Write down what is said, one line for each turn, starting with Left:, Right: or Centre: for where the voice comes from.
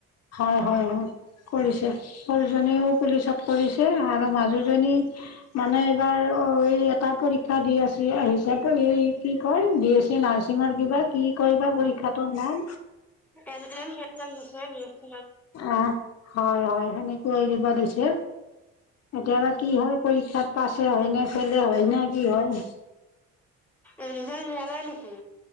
Left: হয় হয় হয় কৰিছে সৰুজনীও পুলিচত কৰিছে তে আৰু মাজুজনী মানে এইবাৰ এই এটা পৰীক্ষা দি আছে হিচাপ এই কি কয় বি এছ চি নাৰ্চিঙৰ কিবা কি কয় বা
Centre: অ
Left: পৰীক্ষাটোৰ নাম
Centre: খনেই হেক লাগি আছে বে
Left: অ হয় হয় সেনেকুৱা এৰিবা দিছে এতিয়াবা কি হয় পৰীক্ষাত পাছে হয় না, ফেলে হয় না কি হয়?
Centre: এ ৰিজাল দিয়া নাই নেকি?